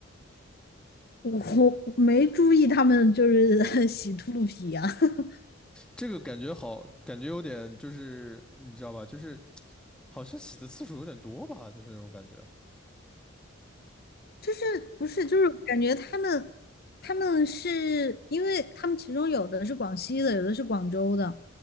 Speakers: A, on the left; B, in the centre.
A: 我我没注意他们就是 <laughs> 洗秃噜皮啊，<laughs>
B: 这个感觉好，感觉有点就是你知道吧，就是好像洗的次数有点多吧，就是那种感觉。
A: 就是不是就是感觉他们他们是因为他们其中有的是广西的，有的是广州的，